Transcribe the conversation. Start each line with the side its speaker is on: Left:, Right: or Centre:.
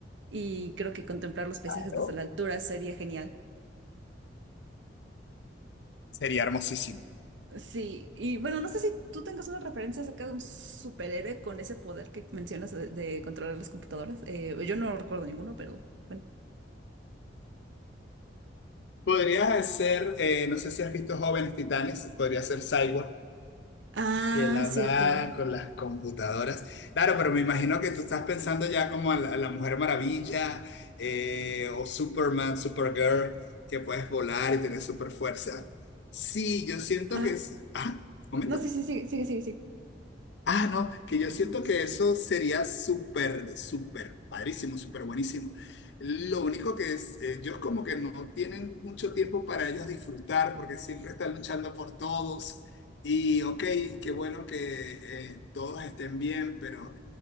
Right: y creo que contemplar los paisajes
Left: Claro.
Right: desde la altura sería genial.
Left: Sería hermosísimo.
Right: Sí, y bueno, no sé si tú tengas una referencia acerca de un superhéroe con ese poder que mencionas de, de controlar las computadoras. Eh, yo no recuerdo ninguno, pero bueno.
Left: Podrías hacer, eh, no sé si has visto Jóvenes Titanes, podría ser Cyborg.
Right: Ah,
Left: Y él hablaba
Right: cierto.
Left: con las computadoras. Claro, pero me imagino que tú estás pensando ya como a la, a la Mujer Maravilla eh, o Superman, Supergirl, que puedes volar y tener super fuerza. Sí, yo siento
Right: Ajá.
Left: que es... Ah, momento.
Right: No, sí, sí, sí sigue, sigue, sigue.
Left: Ah, no, que yo siento que eso sería súper, súper padrísimo, súper buenísimo. Lo único que es, eh, ellos como que no tienen mucho tiempo para ellos disfrutar porque siempre están luchando por todos. Y ok, qué bueno que eh, todos estén bien, pero